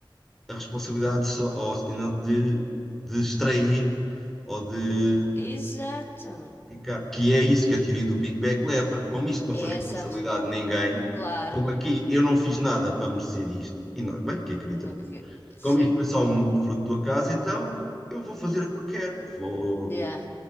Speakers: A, in the centre; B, on the left.
A: a responsabilidade só, ou, e não de, de extrair ou de
B: exato.
A: ficar. Que é isso que a teoria do Big Bang leva. Como isto não
B: É
A: foi responsabilidade
B: essa,
A: de ninguém,
B: claro.
A: como aqui eu não fiz nada para merecer isto, e nós, bem, quem queria
B: Não
A: também.
B: que...
A: não.
B: Sim.
A: Como isto foi só um fruto da casa então eu vou fazer
B: Hum,
A: o que eu quero. Vou
B: Yeah.